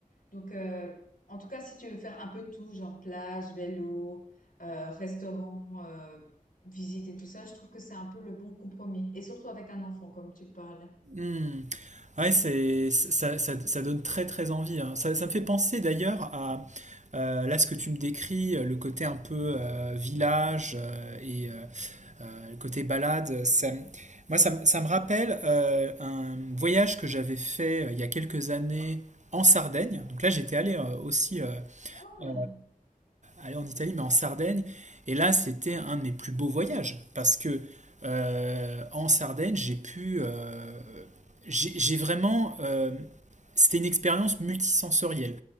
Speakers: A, on the left; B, on the right.
A: Donc, euh, en tout cas, si tu veux faire un peu tout, genre plage, vélo, euh, restaurant, euh, visite et tout ça, je trouve que c'est un peu le bon compromis. Et surtout avec un enfant, comme tu parles.
B: Hmm. Ouais, c'est, ça, ça- ça donne très très envie. hein. Ça, ça me fait penser d'ailleurs à euh, là ce que tu me décris, euh, le côté un peu euh, village euh, et euh, euh, le côté balade. Ça, me- moi, ça, me ça me rappelle euh, un voyage que j'avais fait euh, il y a quelques années en Sardaigne. Donc là, j'étais allé euh, aussi euh,
A: Ah.
B: euh, aller en Italie, mais en Sardaigne. Et là, c'était un de mes plus beaux voyages parce que euh, en Sardaigne, j'ai pu, euh, j'ai j'ai vraiment, euh, c'était une expérience multisensorielle.